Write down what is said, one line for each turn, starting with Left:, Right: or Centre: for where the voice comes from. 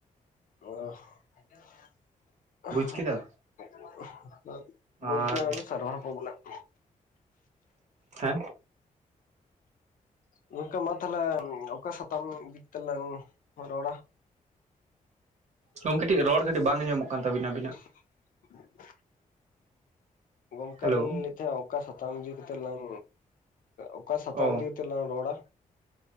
Left: <unintelligible> <unintelligible>
Right: ᱵᱩᱡᱽ ᱠᱮᱫᱟ ᱟᱨ ᱦᱮᱸ
Left: ᱜᱚᱢᱠᱮ ᱢᱟ ᱛᱟᱦᱚᱞᱮ ᱚᱠᱟ ᱥᱟᱛᱟᱢ ᱤᱫᱤ ᱛᱮᱞᱟᱝ ᱨᱚᱲᱟ
Right: ᱜᱚᱝ ᱠᱟᱹᱴᱤᱡ ᱨᱚᱲ ᱠᱟᱹᱴᱤᱡ ᱵᱟᱝ ᱟᱸᱡᱚᱢᱚᱜ ᱠᱟᱱ ᱛᱟᱹᱵᱤᱱᱟ ᱟᱵᱤᱱᱟᱜ
Left: <inaudible> ᱜᱚᱝᱠᱮ
Right: ᱦᱮᱞᱳ
Left: ᱟᱞᱤᱧ ᱞᱤᱧ ᱞᱟᱹᱭᱮᱫ ᱛᱟᱦᱮᱸᱱᱟ ᱚᱠᱟ ᱥᱟᱛᱟᱢ ᱤᱫᱤ ᱠᱟᱛᱮᱜ ᱞᱟᱝ ᱚᱠᱟ ᱥᱟᱛᱟᱢ
Right: ᱚ
Left: ᱤᱫᱤ ᱪᱮ ᱞᱟᱝ ᱨᱚᱲᱟ